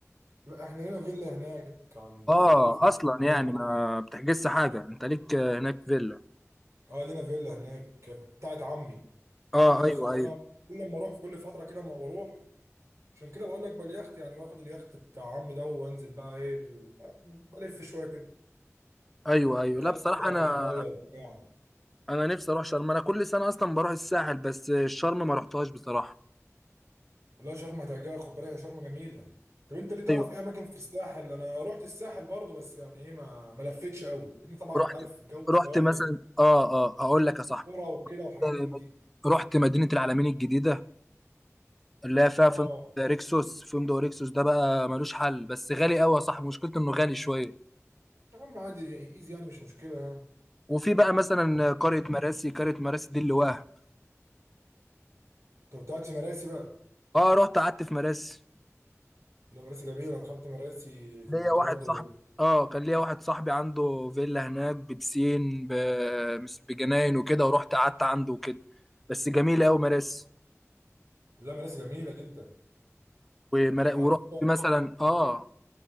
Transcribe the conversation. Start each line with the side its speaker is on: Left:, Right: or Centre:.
Right: لا احنا لنا فيلا هناك عند
Centre: اه
Right: في منطقة
Centre: اصلا
Right: هناك
Centre: يعني ما بتحجزش حاجه انت ليك آه، هناك فيلا
Right: اه لنا فيلا هناك بتاعت عمي وعنده
Centre: اه
Right: يخت
Centre: ايوه
Right: فانا
Centre: ايوه
Right: كل ما اروح في كل فترة كده ما بروح عشان كده بقول لك باليخت يعني باخد اليخت بتاع عمي ده وانزل بقى ايه ال- بلف شوية كده
Centre: ايوه ايوه
Right: اكلم
Centre: لا بصراحه
Right: بقى
Centre: انا
Right: في المية وبتاع
Centre: انا نفسي اروح شرم انا كل سنه اصلا بروح الساحل بس شرم ما رحتهاش بصراحه
Right: والله شرم هتعجبك خد بالك يا شرم جميلة طب انت ليه تعرف
Centre: ايوه
Right: ايه اماكن في الساحل انا رحت الساحل برضو بس يعني ايه ما ما لفتش قوي لان طبعا
Centre: رحت
Right: انت عارف جو السواحل
Centre: رحت مثلا اه اه هقول لك يا صاحبي
Right: كرة وكده وحاجات
Centre: آه،
Right: من دي
Centre: رحت مدينه العلمين الجديده اللي هي فيها
Right: اه
Centre: فندق ريكسوس فندق ريكسوس ده بقى ملوش حل بس غالي قوي يا صاحبي مشكلته انه غالي شويه
Right: يا عم عادي ايزي يعني مش مشكلة يعني
Centre: وفي بقى مثلا قريه مراسي قريه مراسي دي اللي واه
Right: انت كنت قاعد في مراسي بقى
Centre: اه رحت قعدت في مراسي
Right: ده مراسي جميله انا دخلت مراسي كنت
Centre: ليا واحد
Right: برضو
Centre: صاحبي اه كان ليا واحد صاحبي عنده فيلا هناك ببسين ب- بجناين وكده ورحت قعدت عنده وكده بس جميله قوي مراسي
Right: لا مراسي جميله جدا
Centre: ومرا...
Right: انا
Centre: ورحت
Right: على فكره
Centre: مثلا اه
Right: بحب